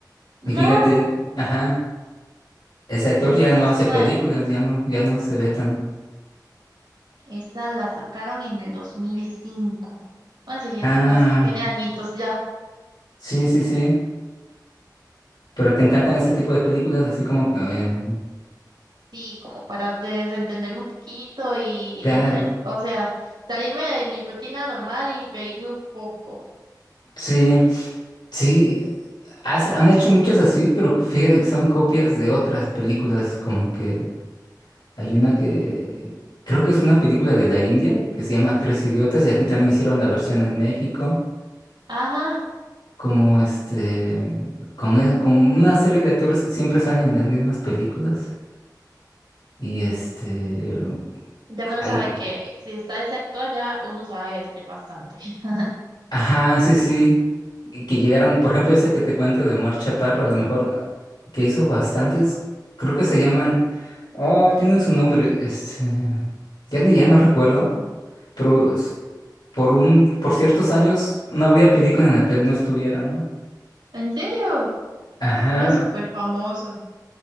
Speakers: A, on the right (about 75°); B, on the left (about 80°).
A: No,
B: Y fíjate, ajá, Ese actor
A: ves,
B: ya
A: esa
B: no
A: es
B: hace
A: una,
B: películas, ya no, ya no se ve tan.
A: esa la sacaron en el 2005. Bueno, sí, es,
B: Ah,
A: bas- tiene añitos ya.
B: sí, sí, sí. Pero te encantan ese tipo de películas, así como que, em,
A: Sí, como para desentenderme un poquito y
B: claro.
A: entre, o sea, salirme de mi rutina normal y reírme un poco.
B: Sí, sí. has- han hecho muchas así, pero fíjate que son copias de otras películas, como que hay una que creo que es una película de la India que se llama Tres Idiotas y aquí también hicieron la versión en México,
A: Ajá.
B: como este, con, es- con una serie de actores que siempre salen en las mismas películas y este,
A: Ya bueno
B: hay-
A: sabe que si está ese actor ya uno sabe que es bastante. <laughs>
B: Ajá, sí, sí. y Que llegaron, por ejemplo, este que te cuento de Omar Chaparro, a lo mejor ah, que hizo bastantes, creo que se llaman, oh, tienen su nombre, este, ya ni ya no recuerdo, pero s- por un, por ciertos años no había película en la que él no estuviera, ¿no?
A: ¿En serio?
B: Ajá,
A: Era súper famoso.